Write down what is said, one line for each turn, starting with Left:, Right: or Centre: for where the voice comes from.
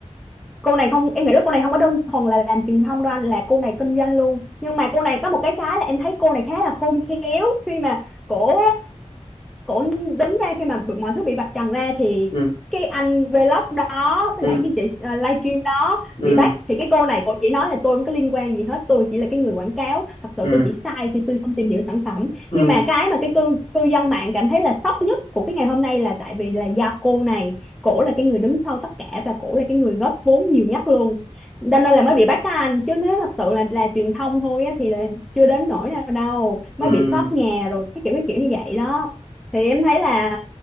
Centre: cô này không em nghĩ là cô này không có đơn thuần là làm truyền thông đâu anh là cô này kinh doanh luôn nhưng mà cô này có một cái cái là em thấy cô này khá là khôn khéo khi mà cổ cổ đứng ra khi mà mọi thứ bị vạch trần ra thì
Left: ừ
Centre: cái anh vlog đó với
Left: ừ
Centre: lại cái chị uh, livestream đó
Left: ừ
Centre: bị
Left: ừ
Centre: bắt thì cái cô này cô chỉ nói là tôi không có liên quan gì hết tôi chỉ là cái người quảng cáo thật sự
Left: ừ
Centre: tôi chỉ sai khi tôi không tìm hiểu sản phẩm
Left: ừ
Centre: nhưng mà
Left: ừ
Centre: cái mà cái cư cư dân mạng cảm thấy là sốc nhất của cái ngày hôm nay là tại vì là do cô này cổ là cái người đứng sau tất cả và cổ là cái người góp vốn nhiều nhất luôn cho nên là mới bị bắt á anh chứ nếu thật sự là là truyền thông thôi á thì là chưa đến nỗi nào đâu
Left: ừ
Centre: mới bị sót nhà rồi cái kiểu cái kiểu như vậy đó thì em thấy là